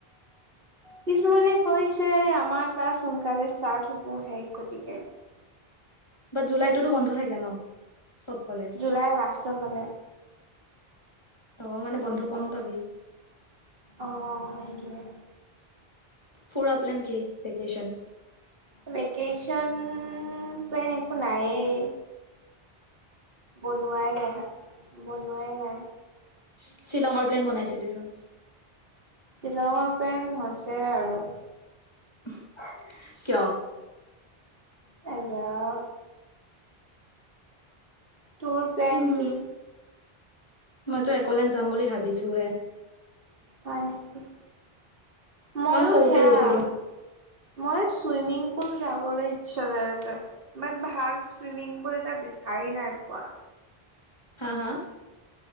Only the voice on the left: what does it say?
বাট জুলাইটোতো বন্ধ থাকে ন'? চ'ব কলেজ।
অ' মানে বন্ধ কম পাবি।
ফুৰা প্লেন কি? ভেকেশ্যন?
উম শ্বিলঙৰ প্লেন বনাইছিলিচোন?
উম্ আ কিয়?
উম
মইতো এক'লেন যাম বুলি ভাবিছোঁ হে।
কাৰণ সৰুতে
গৈছিলো
হা-হা?